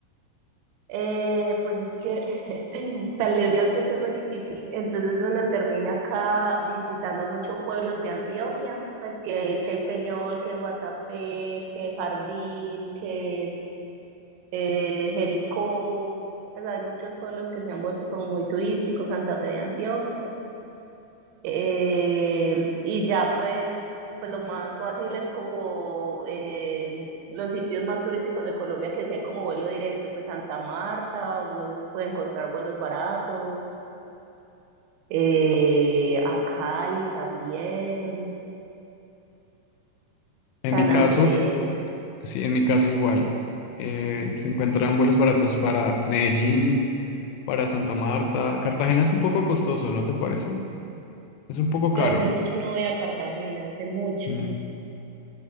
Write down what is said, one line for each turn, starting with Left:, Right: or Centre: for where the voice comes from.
Right: Eh, pues es que <laughs> salir de Antioquia es muy difícil. Entonces uno termina acá visitando muchos pueblos de Antioquia, pues que, que El Peñol, que Guatapé, que Jardín, que eh, Jericó, pues hay muchos pueblos que se han vuelto como muy turísticos, Santa Fe de Antioquia. Em, y ya pues, pues lo más fácil es como em, los sitios más turísticos de Colombia que sea como vuelo directo, pues Santa Marta, uno puede encontrar vuelos baratos, eh, a Cali también,
Left: En
Right: San
Left: mi caso,
Right: Andrés.
Left: sí, en mi caso igual. eh, se encuentran vuelos baratos para Medellín, para Santa Marta. Cartagena es un poco costoso, ¿no te parece? Es un poco caro.
Right: Yo hace mucho no voy a Cartagena, hace mucho.
Left: Mm.